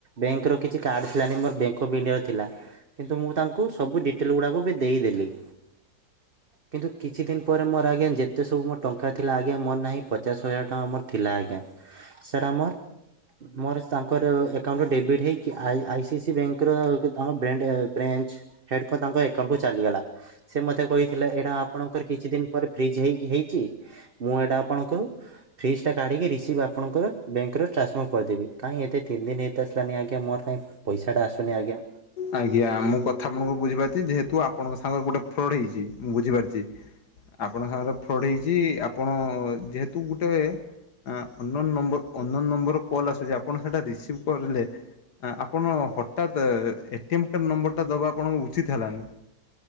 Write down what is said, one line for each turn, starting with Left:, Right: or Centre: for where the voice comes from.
Right: ବେଙ୍କର କିଛି କାର୍ଡ ଥିଲାନି ମୋର ବ୍ୟାଙ୍କ ଅଫ୍ ଇଣ୍ଡିଆ ର ଥିଲା। କିନ୍ତୁ ମୁଁ ତାଙ୍କୁ ସବୁ ଡିଟେଲ୍ ଗୁଡ଼ାକୁ ବି ଦେଇଦେଲି। କିନ୍ତୁ କିଛି ଦିନି ପରେ ମୋ ଆଜ୍ଞା ଯେତେ ସବୁ ମୋ ଟଙ୍କା ଥିଲା ଆଜ୍ଞା ମୋର ନାଇଁ ପଚାଶ୍ ହଜାର ଟଙ୍କା ମୋର ଥିଲା ଆଜ୍ଞା। ସାର୍ ଆମର୍ ମୋରସ୍ ତାଙ୍କର ଏକାଉଣ୍ଟୁ ଡେବିଡି ହେଇକି ଆଇ ଆଇ ସି ସି ବ୍ୟାଙ୍କର <unintelligible> ବ୍ୟାଣ୍ଡେ ବ୍ରାଞ୍ଚ ହେଡକ ତାଙ୍କ ଏକାଉଣ୍ଟ କୁ ଚାଲିଗଲା ସେ ମତେ କହିଥିଲେ ଏଟା ଆପଣଙ୍କର କିଛି ଦିନ୍ ପରେ ଫ୍ରିଜ୍ ହେଇକି ହେଇଚି ମୁଁ ଏଟା ଆପଣଙ୍କୁ ଫ୍ରିଜ୍ ଟା କାଢ଼ିକି ରିସିଭ୍ ଆପଣଙ୍କର ବ୍ୟାଙ୍କର ଟ୍ରାନ୍ସଫରମ କରଦେବି କାଇଁ ଏତେ ତିନି ଦିନ ହେଇତ ଆସିଲାନି ଆଜ୍ଞା ମୋର କାଇଁ ପଇସା ଟା ଆସୁନି ଆଜ୍ଞା?
Left: ଆଜ୍ଞା ମୁଁ କଥା ଆପଣୁଙ୍କୁ ବୁଝି ପାରୁଚି ଯେହେତୁ ଆପଣଙ୍କ ସାଙ୍ଗର ଗୋଟେ ଫ୍ରଡ ହେଇଚି ମୁଁ ବୁଝିପାରୁଚି। ଆପଣଙ୍କ ସାଙ୍ଗରେ ଫ୍ରଡ୍ ହେଇଚି ଆପଣ ଯେହେତୁ ଗୁଟେ ଆଁ unknown number unknown number call ଆସୁଚି ଆପଣ ସେଟା ରିସିଭ୍ କରିଲେ ଆଁ ଆପଣ ହଟାତ୍ ଏ ଟିଏମ୍ କାର୍ଡ଼ ନମ୍ବରଟା ଦେବା ଆପଣ <unintelligible> ଉଚିତ ହେଲାନି।